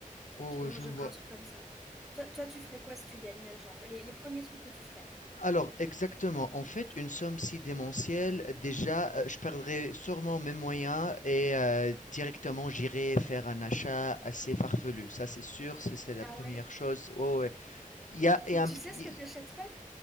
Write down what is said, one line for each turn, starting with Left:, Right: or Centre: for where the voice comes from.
Left: ouais,
Centre: Tu
Left: ouais,
Centre: vois,
Left: je
Centre: moi, je
Left: vois.
Centre: ferais un truc comme ça. Toi, toi, tu ferais quoi si tu gagnais, genre, les, les premiers trucs que tu ferais?
Left: Alors, exactement. En fait, une somme si démentielle, déjà, euh, je perdrais sûrement mes moyens et euh, directement j'irai faire un achat assez farfelu. Ça, c'est sûr, c'est c'est la
Centre: Ah
Left: première
Centre: ouais?
Left: chose. Ouais, ouais. Il y a, il
Centre: Tu,
Left: y a
Centre: tu
Left: un p-
Centre: sais ce que t'achèterais?